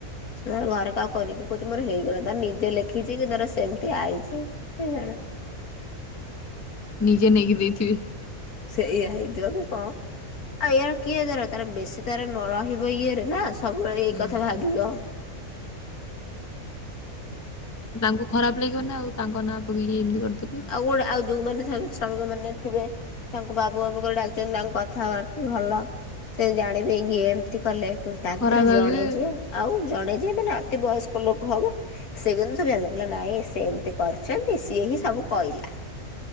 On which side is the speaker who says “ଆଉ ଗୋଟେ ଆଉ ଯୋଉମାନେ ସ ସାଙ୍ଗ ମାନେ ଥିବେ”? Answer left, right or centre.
Left